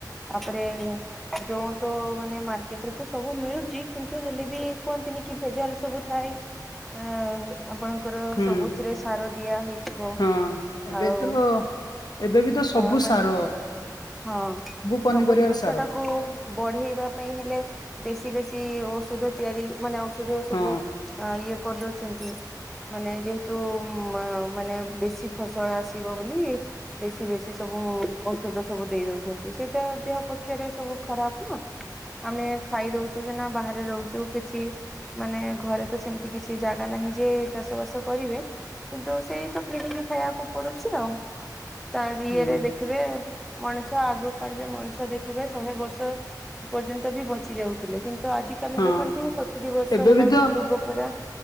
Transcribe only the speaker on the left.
ହୁଁ
ହଁ। ଏବେ
ତ ଏବେ ବି ତ ସବୁ
ସାର
ପନିପରିବାରେ
ସାର
ହଁ।
ହୁଁ
ହଁ
ଏବେ
ବି
ତ